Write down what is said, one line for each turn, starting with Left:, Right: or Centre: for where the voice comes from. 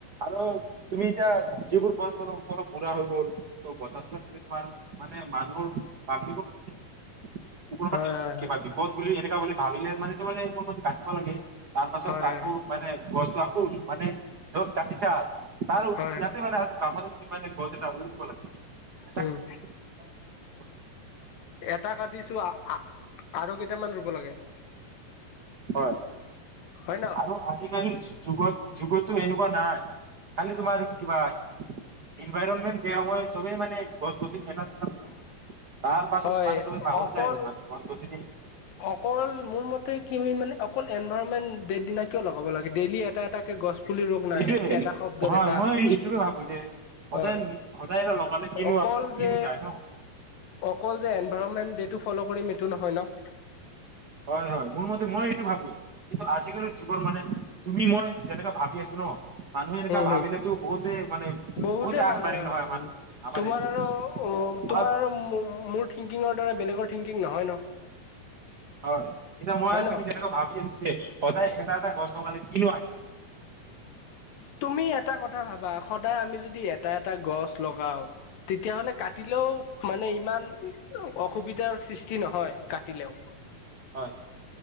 Right: আৰু তুমি এতিয়া যিবোৰ গছ <unintelligible> পুৰা হৈ গল ত বত চত তোমাৰ মানে মানুহৰ পাব্লিকৰ মানে। <unintelligible>
Left: হয় হয় হয়
Right: কিবা বিপদ বুলি এনেকুৱা বুলি। ভাবিলে মানে তোমাৰ এই। কিব লাগে তাৰ পাছত
Left: হয়
Right: আকৌ মান বস্তু আকোন মানে ধত তাকিছা <unintelligible> তাৰ
Left: হয়
Right: ইয়াতে
Left: হয়
Right: বেললে আৰু কাম দে <unintelligible> মানে গছ এটা ৰুই দিব লাগে। এটা
Left: উম
Right: কাৰণে তুমি দুটা তিনিটা ৰুই দিব লাগে।
Left: এটা কাটিছো আৰু কেইটামান ৰুব লাগে।
Right: হয়
Left: হয় ন
Right: আৰু আজিকালি যুগত যুগতো এনেকুৱা নাই। কালি তোমাৰ কি কিবা ইনভাইৰনমেণ্ট দিয়া হয় সবেই মানে গছ গছনি <unintelligible> তাৰ পাছত
Left: হয়
Right: মানে চবে পাহৰি
Left: অকল
Right: যায় আৰু মানে গছ গছনি।
Left: অকল মোৰ মতে কি মানে অকল এনভাইৰনমেন্ট দেৰ দিনা কিয় লগাব লাগে ডেইলি এটা এটাকে গছ ৰোগ নাই
Right: এইটোয়ে
Left: এটা শব্দত
Right: হয়
Left: এটা
Right: মই এইটোকে ভাবো যে সদায়
Left: হয়
Right: সদায় এটা লগালে কিনো
Left: অকল
Right: কিনো
Left: যে
Right: যায় ন
Left: অকল যে ইনভাৰণমেণ্ট ডেটো'ফল কৰিম এইটো নহয় ন।
Right: হয় হয় মোৰ মতে মই এইটো ভাবো কিন্তু আজিকালিৰ জীৱন মানে তুমি মই যেনেকা ভাবি আছো ন মানুহে এনেকা
Left: উম হ
Right: ভাবিলেতো বহুতে মানে
Left: বহুতে ভাল
Right: আগবাঢ়িল
Left: হয় হয়
Right: আমাৰ আমাৰ
Left: তোমাৰ
Right: ইণ্ডিয়া
Left: আৰু উ
Right: আমাৰ
Left: তোমাৰ আৰু মুঠ। থিংকিঙৰ দৰে বেলেগৰ থিংকিং নহয় ন।
Right: হয় এতিয়া মই
Left: হয় ন
Right: তুমি যেনেকৈ ভাবি আছো যে সদায় এটা এটা গছ লগালে। কিন
Left: তুমি এটা কথা ভাবা সদায় আমি যদি এ এটা এটা গছ লগাও তেতিয়াহলে কাটিলেও মানে ইমান অসুবিধাৰ সৃষ্টি নহয় কাটিলেও।
Right: হয়